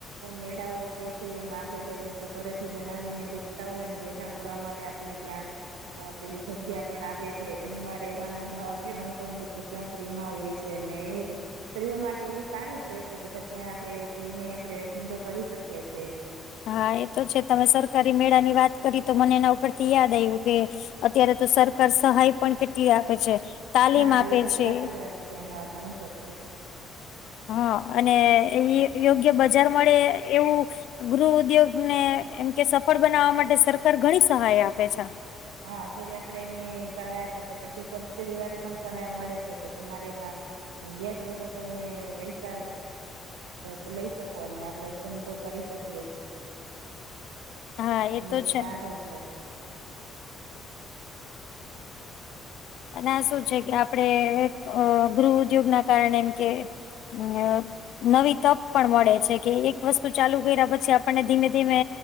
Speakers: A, on the right; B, on the left.
A: મેળાઓ થાય છે, એમાં આપડે જે વસ્તુ ઘરેથી બનાવીને વેચતા હોય એનું વેચાણ કરવા માટે અને ત્યાં અ પેલી જગ્યા પણ આપે છે, જમવા રહેેવાનું ખાવા પીવાનું પણ બધું ત્યાં ફ્રીમાં હોઈએ છે ને સ્ત્રીઓ માટે એ સારું છે, કે બધા ત્યાં આપણેે જઈને આપણે ધંધો કરી શકીએ છે.
B: હા એ તો છે, તમે સરકારી મેળાની વાત કરી તો મને એના ઉપરથી યાદ આવ્યું કે અત્યારે તો સરકાર સહાય પણ કેટલી આપે છે, તાલીમ
A: હા
B: આપે
A: એ પણ
B: છે.
A: સાચી વાત છે, હા ઘણી સાચ વાત છે.
B: હા અને યો યોગ્ય બજાર મળે એવું ગૃહ ઉદ્યોગ ને એમ કે સફળ બનાવવા માટે સરકાર ઘણી સહાય આપે છે.
A: હા અત્યારે આપડે એની સહાય આપે છે, પછી સબસીડી વાળી પણ સહાય મળે છે કે તમારે એમાં હ વ્યાજ વગર તમે પૈસા અ લઈ શકો અને આપડે ધંધો કરી શકીએ
B: હા એતો
A: એ
B: છે.
A: સારું છે. <inaudible>
B: અને આ શું છે કે આપણે અ ગૃહ ઉદ્યોગ ના કારણે એમ કે અ નવી તક પણ મળે છે, કે એક વસ્તુ ચાલુ કર્યા પછી આપણને ધીમે ધીમે